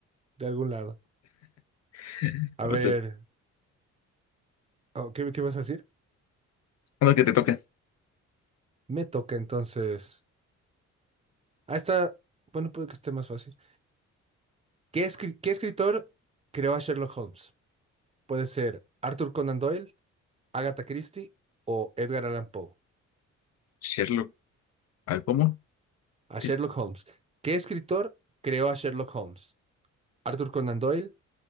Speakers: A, on the right; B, on the left.
A: de algún lado.
B: <laughs>
A: A
B: Ahorita,
A: ver, oh, ¿qué, qué vas a decir?
B: a lo que te toca.
A: Me toca entonces. Ah, está. Bueno, puede que esté más fácil. ¿Qué, escri- qué escritor creó a Sherlock Holmes? Puede ser Arthur Conan Doyle, Agatha Christie o Edgar Allan Poe.
B: Sherlock. A ver, ¿cómo?
A: A
B: ¿Qué
A: Sherlock
B: es
A: Holmes. ¿Qué escritor creó a Sherlock Holmes? ¿Arthur Conan Doyle,